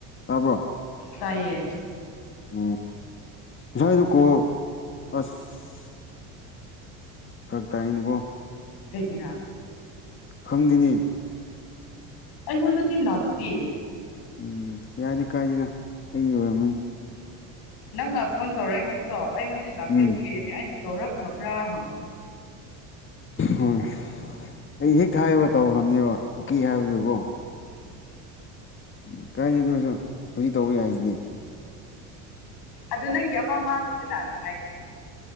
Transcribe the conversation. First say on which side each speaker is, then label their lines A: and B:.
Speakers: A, on the left; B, on the left.
A: ꯇꯥꯕꯣꯔ
B: ꯇꯥꯏꯌꯦ
A: ꯎꯝ ꯉꯁꯥꯏꯗꯨ ꯀꯣ ꯑꯁ ꯐꯔꯛ ꯇꯥꯏꯅꯤꯀꯣ
B: ꯀꯩꯒꯤꯔꯥ
A: ꯈꯪꯗꯦꯅꯦ
B: ꯑꯩꯉꯣꯟꯗꯗꯤ ꯂꯥꯛꯇꯦ
A: ꯎꯝ ꯌꯥꯗꯤ ꯀꯥꯏꯗꯦꯗ ꯑꯩ ꯑꯣꯏꯔꯝꯃꯅꯤ
B: ꯅꯪꯅ ꯐꯣꯟ ꯇꯧꯔꯛꯏ ꯍꯥꯏꯕꯗꯣ ꯑꯩꯉꯣꯟꯗꯤ ꯂꯥꯛꯇꯦ
A: ꯎꯝ
B: ꯑꯗꯨꯒꯤꯅꯦ ꯑꯩꯅ ꯇꯧꯔꯛꯈ꯭ꯔꯕ꯭ꯔꯥ ꯍꯪꯕꯗ
A: ꯍꯣꯏ ꯑꯩ ꯍꯦꯛ ꯍꯥꯏꯒ ꯇꯧꯈ꯭ꯔꯕꯅꯦꯕ ꯑꯣꯛꯀꯦ ꯍꯥꯏꯕꯗꯀꯣ
B: ꯎꯝ
A: ꯎꯝ ꯀꯥꯏꯗꯦꯗ ꯀꯩꯁꯨ ꯍꯧꯖꯤꯛ ꯇꯧꯕ ꯌꯥꯏꯁꯤꯗꯤ
B: ꯑꯗꯨ ꯅꯪꯒꯤ ꯑꯃ ꯃꯥꯡꯏꯗꯅꯅ ꯅꯨꯡꯉꯥꯏꯇꯦꯗꯅ